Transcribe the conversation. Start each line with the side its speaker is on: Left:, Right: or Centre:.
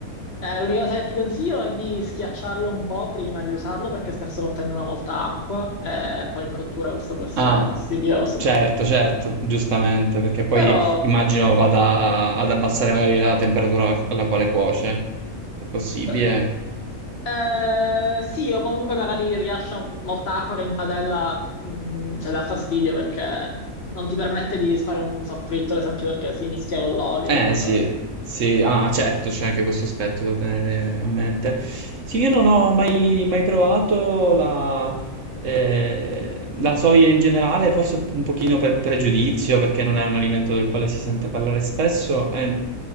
Left: Eh, l'unica cosa che ti consiglio è di schiacciarlo un po' prima di usarlo, perché spesso contengono molta acqua, e poi in cottura questo può essere
Right: Ah,
Left: fastidioso.
Right: certo, certo, giustamente, perché poi
Left: Però...
Right: immagino vada a- ad abbassare magari la temperatura alla alla quale cuoce. È possibile?
Left: eh, Eh, sì, o comunque magari rilascio molta acqua che in padella, mh, cioè dà fastidio perché non ti permette di fare un soffritto, ad esempio, perché si mischia con l'olio.
Right: Eh sì, sì, ah certo, c'è anche questo aspetto da tenere a mente. Sì, io non ho mai, mai provato la, eh, la soia in generale, forse un pochino per pregiudizio, perché non è un alimento del quale si sente parlare spesso. e